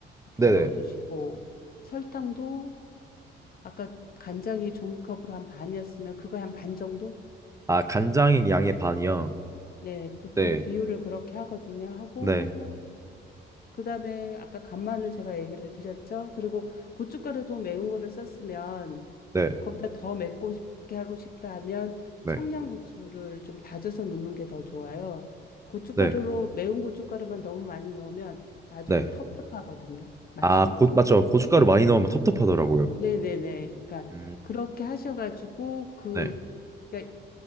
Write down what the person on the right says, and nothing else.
네네.
아, 간장의 양의 반이요.
네,
네,
네,
네,
네,
네.
아, 고, 맞죠. 고춧가루 많이 넣으면 텁텁하더라고요.
음,
네,